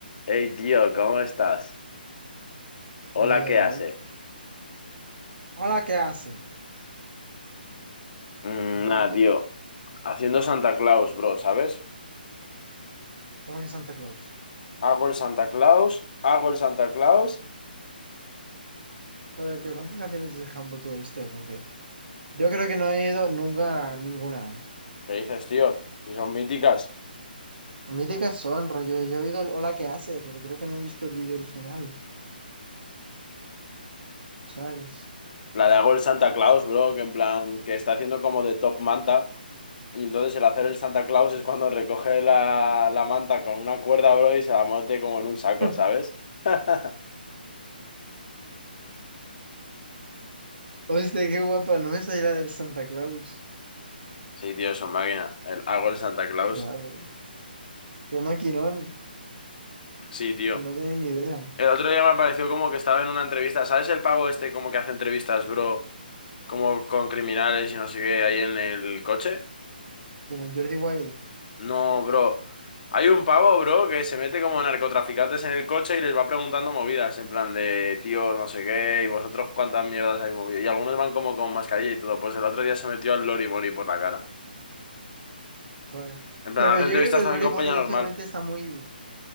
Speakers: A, on the left; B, on the right.
A: Hey tío, ¿cómo estás? Hola,
B: Bien.
A: ¿qué hace?
B: Hola, ¿qué hace?
A: Mm,
B: Bro,
A: nada,
B: tío,
A: tío. Haciendo Santa Claus, bro, ¿sabes?
B: ¿Cómo que Santa Claus?
A: Hago el Santa Claus, hago el Santa Claus.
B: Joder, tío, ¿cuántas canciones de Jambo tú oíste? Porque yo creo que no he ido nunca a ninguna, ¿eh?
A: ¿Qué dices, tío? Si son míticas.
B: Míticas son, rollo. Yo he oído el Hola, ¿qué hace? Pero creo que no he visto el vídeo original, ¿sabes?
A: La de hago el Santa Claus, bro, que en plan, que está haciendo como de top manta. Y entonces el hacer el Santa Claus es cuando recoge la, la manta con una cuerda, bro, y se la mete como en un saco,
B: <laughs>
A: ¿sabes? <laughs>
B: Hostia, qué guapa, no me sabía la del Santa Claus.
A: Sí, tío, es una máquina. El, hago el Santa Claus.
B: Ya ves, qué maquinón,
A: Sí, tío.
B: no tenía ni idea.
A: El otro día me pareció como que estaba en una entrevista. ¿Sabes el pavo este como que hace entrevistas, bro? Como con criminales y no sé qué, ahí en el coche.
B: Y no, el Jordi Wild,
A: No, bro. Hay un pavo, bro, que se mete como narcotraficantes en el coche y les va preguntando movidas, en plan de, tío, no sé qué, y vosotros cuántas mierdas hay movido. Y algunos van como con mascarilla y todo. Pues el otro día se metió al Lori Mori por la cara.
B: joder.
A: En plan,
B: Ya, pero
A: hace
B: yo
A: entrevistas
B: creo que el
A: también
B: Lori
A: con
B: Money
A: Peña
B: últimamente
A: normal.
B: está muy,